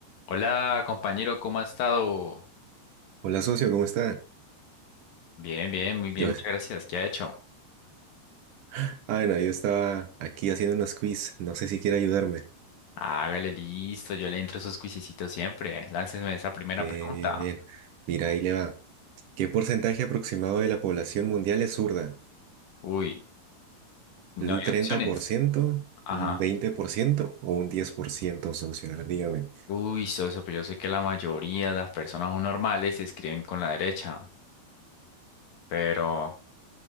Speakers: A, on the left; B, on the right.
A: Hola, compañero, ¿cómo ha estado?
B: Hola socio, ¿cómo está?
A: Bien, bien, muy bien,
B: Yo,
A: muchas gracias. ¿Qué ha hecho?
B: ah, bueno, yo estaba aquí haciendo unos quiz, no sé si quiere ayudarme.
A: Hágale listo, yo le entro a sus cuisecitos siempre. Láncesme esa primera
B: Bien,
A: pregunta.
B: bien, bien. Mira, ahí le va. ¿Qué porcentaje aproximado de la población mundial es zurda?
A: Uy, no
B: ¿Un
A: hay
B: treinta
A: opciones.
B: por ciento,
A: Ajá.
B: un 20% o un 10%, socio? A ver, dígame.
A: Uy, socio, pero yo sé que la mayoría de las personas no normales escriben con la derecha, pero